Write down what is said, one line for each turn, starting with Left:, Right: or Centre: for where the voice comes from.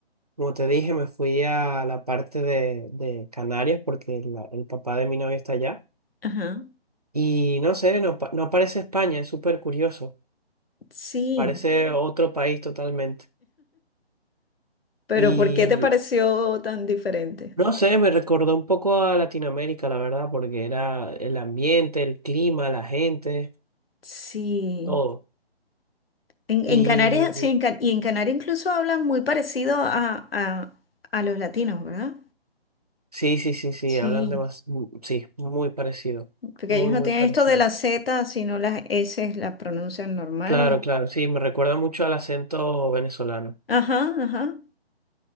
Right: Como te dije, me fui a la parte de, de Canarias porque la- el papá de mi novia está allá.
Left: ajá,
Right: Y no sé, no, pa- no parece España, es súper curioso.
Left: sí,
Right: Parece otro país totalmente.
Left: pero
Right: Y
Left: ¿por qué te pareció tan diferente?
Right: no sé, me recordó un poco a Latinoamérica, la verdad, porque era el ambiente, el clima, la gente,
Left: Sí,
Right: todo.
Left: en, en
Right: Y
Left: Canarias, sí, en Ca- y en Canarias incluso hablan muy parecido a, a- a los latinos, ¿verdad?
Right: sí, sí, sí, sí,
Left: Sí,
Right: hablan de más, mm, sí, muy parecido,
Left: porque
Right: muy,
Left: ellos no
Right: muy
Left: tienen
Right: parecido.
Left: esto de la Z, sino las S las pronuncian normal.
Right: Claro, claro, sí, me recuerda mucho al acento venezolano.
Left: Ajá, ajá,